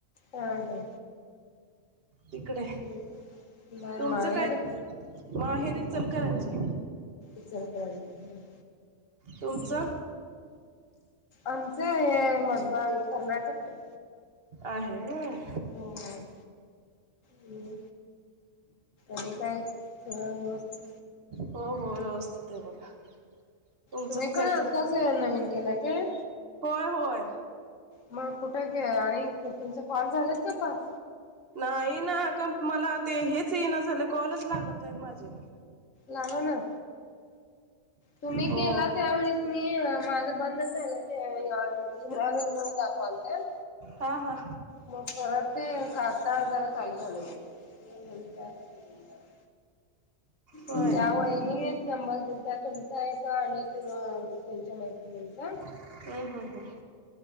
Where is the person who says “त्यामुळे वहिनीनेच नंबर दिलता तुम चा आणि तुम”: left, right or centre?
Left